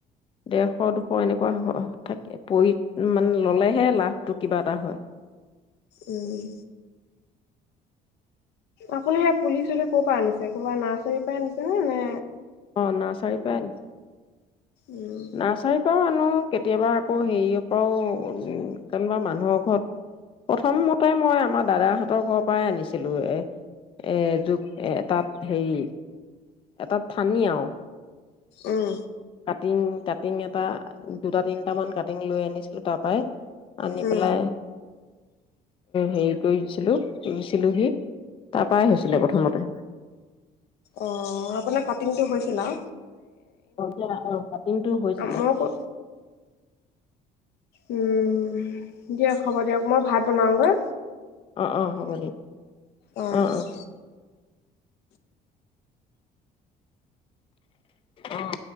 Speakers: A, on the left (about 30°); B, on the left (about 75°).
A: ডেৰশ দুশ এনেকুৱা থাকে পৰি মানে ললেহে লাভটো কিবা এটা হয়।
B: উম আপুনি সেই পুলি চুলি ক'ৰ পৰা আনিছে কবা নাৰ্চাৰীৰ পৰা আনিছে নে-নে
A: অ নাৰ্চাৰী পাই আনিছে
B: উম।
A: নাৰ্চাৰীত ও আনো কেতিয়াবা আকৌ হেৰিয় পৰাও কেনবা মানুহৰ ঘৰত প্ৰথম মতে মই আমাৰ দাদাহঁতৰ ঘৰৰ পৰাই আনিছিলো এ এজো এ এটাত হেৰি এটা থানি আও
B: উম
A: কাটিং কাটিং এটা দুটা তিনটা মান কাটিং লৈ আনিছিলো তাৰ পৰাই আনি
B: উম,
A: পেলাই। হেৰি কৰিছিলোঁ, ৰুইছিলোহি। তাৰপায় হৈছিলে প্ৰথমতে,
B: অ আপোনাৰ কাটিংটো হৈছিলা
A: হয় দিয়া, অহ ', কাটিংটো হৈছিলে।
B: মই উম ', দিয়ক হ'ব দিয়ক মই ভাত বনাওগৈ
A: অ অ হ'ব দিয়ক
B: অঁ ৰাখিছোঁ
A: অ অ হ' অহ